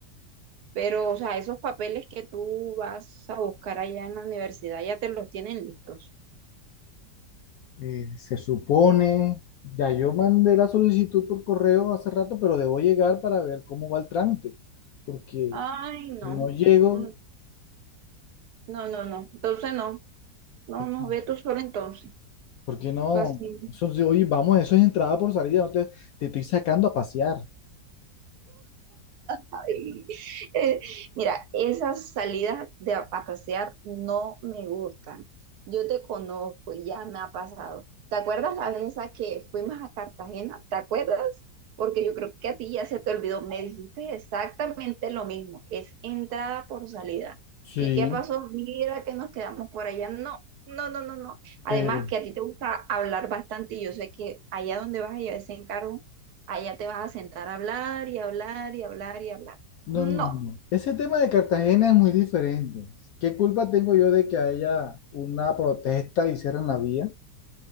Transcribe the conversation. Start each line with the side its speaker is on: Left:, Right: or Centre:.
Right: Pero, o sea, esos papeles que tú vas a buscar allá en la universidad ya te los tienen listos.
Left: Eh, se supone, ya yo mandé la solicitud por correo hace rato, pero debo llegar para ver cómo va el trámite, porque
Right: Ay, no.
Left: si no llego,
Right: Mm, No, no, no. Entonces no. No,
Left: ¿por
Right: no,
Left: qué,
Right: ve tú solo entonces.
Left: por qué no?
Right: O sea, sí.
Left: Eso, sí, oye, vamos, eso es entrada por salida, no te, te estoy sacando a pasear.
Right: Ay, eh, mira, esas salidas de a, a pasear no me gustan. Yo te conozco, y ya me ha pasado. ¿Te acuerdas la vez esa que fuimos a Cartagena? ¿Te acuerdas? Porque yo creo que a ti ya se te olvidó. Me dijiste exactamente lo mismo. Es entrada por salida.
Left: Sí,
Right: ¿Y qué pasó? Mira que nos quedamos por allá. No, no, no, no, no. Además
Left: pero
Right: que a ti te gusta hablar bastante y yo sé que allá donde vas a llevar ese encargo, allá te vas a sentar a hablar y hablar y hablar y hablar.
Left: no,
Right: No,
Left: no, no. no. Ese tema de Cartagena es muy diferente. ¿Qué culpa tengo yo de que haya una protesta y cierren la vía?